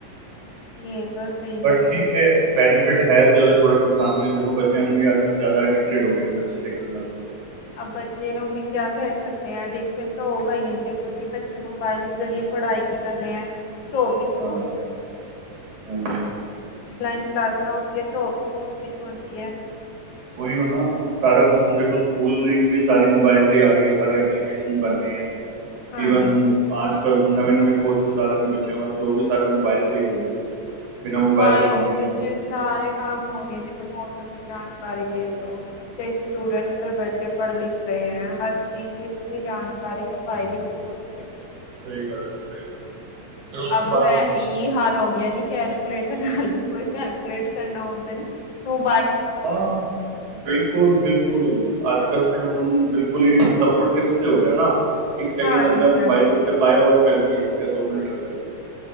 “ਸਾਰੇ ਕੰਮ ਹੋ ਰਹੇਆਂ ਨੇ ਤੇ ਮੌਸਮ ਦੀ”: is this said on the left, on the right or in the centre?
Left